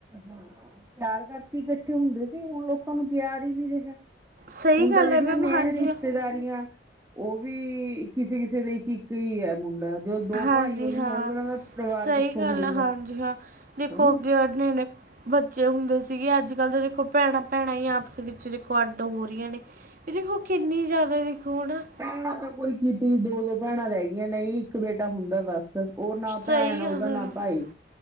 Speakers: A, on the right (about 15°); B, on the right (about 50°).
A: ਹਾਂ ਪਿਆਰ ਕਰਕੇ ਇਕੱਠੇ ਹੁੰਦੇ ਸੀ, ਹੁਣ ਲੋਕਾਂ ਨੂੰ ਪਿਆਰ ਹੀ ਨੀ ਰਿਹਾ।
B: ਸਹੀ
A: ਹੁਣ
B: ਗੱਲ
A: ਤਾਂ ਜਿਹੜੀਆਂ
B: ਹੈ ਮੈਮ
A: ਮੇਨ
B: ਹਾਂਜੀ
A: ਰਿਸ਼ਤੇਦਾਰੀਆਂ
B: ਹਾਂ
A: ਉਹ ਵੀ ਕਿਸੇ-ਕਿਸੇ ਦੇ ਇੱਕ ਹੀ ਐ ਮੁੰਡਾ ਜੋ ਦੋ
B: ਹਾਂਜੀ
A: ਭਾਈ ਉਹ ਨੀ
B: ਹਾਂ
A: ਹੋਣਗੇ ਉਹਨਾਂ ਦਾ ਪਰਿਵਾਰ
B: ਸਹੀ
A: ਕਿੱਥੋਂ
B: ਗੱਲ
A: ਹੋਊਗਾ।
B: ਆ ਹਾਂਜੀ ਹਾਂ ਦੇਖੋ
A: ਹਮ
B: <unintelligible> ਬੱਚੇ ਹੁੰਦੇ ਸੀਗੇ ਅੱਜ-ਕੱਲ੍ਹ ਤਾਂ ਦੇਖੋ ਭੈਣਾਂ-ਭੈਣਾਂ ਹੀ ਆਪਸ ਵਿੱਚ ਦੇਖੋ ਅੱਡ ਹੋ ਰਹੀਆਂ ਨੇ। ਇਹ ਦੇਖੋ ਕਿੰਨੀ ਜ਼ਿਆਦਾ ਦੇਖੋ ਹੈਨਾ।
A: ਭੈਣਾਂ ਤਾਂ ਕੋਈ ਤਿੱਜੀ ਦੋ -ਦੋ ਭੈਣਾਂ ਰਹਿ ਗਈਆਂ, ਨਹੀਂ ਇੱਕ ਬੇਟਾ ਹੁੰਦਾ ਬਸ ਉਹ ਨਾ
B: ਸਹੀ
A: ਪੈੜ ਉਹਦਾ
B: ਗੱਲ
A: ਨਾ
B: ਆ
A: ਪਾਈ